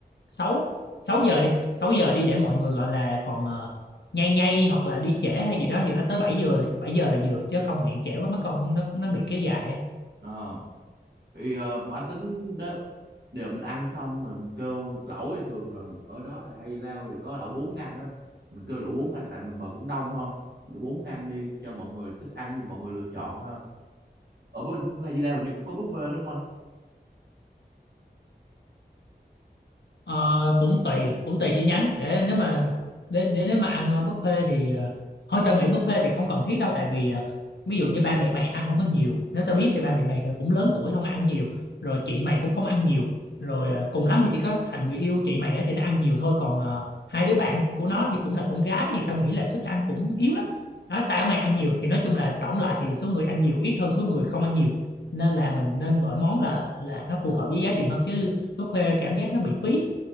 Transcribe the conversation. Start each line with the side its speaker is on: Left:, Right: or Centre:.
Left: sáu 6 giờ đi 6 giờ đi để mọi người gọi là còn ờ, nhay nhay hoặc là đi trễ hay gì đó thì nó tới 7 giờ là 7 giờ là vừa chứ không hẹn trễ quá mất công nó nó bị kéo dài á.
Right: Ờ, thì ờ, anh tính nếu đều mình ăn xong rồi mình kêu lẩu thì thường là ở đó thì hay rau thì có lẩu bốn ngăn á mình kêu đủ bốn ngăn tại mình mời cũng đông ha đủ bốn ngăn đi cho mọi người thích ăn gì mọi người lựa chọn ha ở bên Hay Di Lao hình như cũng có buffet đúng không anh
Left: Ờ, cũng tùy cũng tùy chi nhánh để nếu mà để, để nếu mà ăn ờ, buffet thì ờ, thôi tao nghĩ buffet thì không cần thiết đâu tại vì ờ, ví dụ như ba mẹ mày ăn không có nhiều nếu tao biết thì ba mẹ mày cũng lớn tuổi không có ăn nhiều rồi chị mày cũng không ăn nhiều rồi ờ, cùng lắm thì chỉ có thằng người yêu chị mày á thì nó ăn nhiều thôi còn ờ, hai đứa bạn của nó thì cũng là con gái thì tao nghĩ là sức ăn cũng yếu lắm đó tao mày ăn nhiều thì nói chung là tổng lại thì số người ăn nhiều ít hơn số người không ăn nhiều nên là mình nên gọi món là là nó phù hợp với giá tiền hơn chứ buffet cảm giác nó bị phí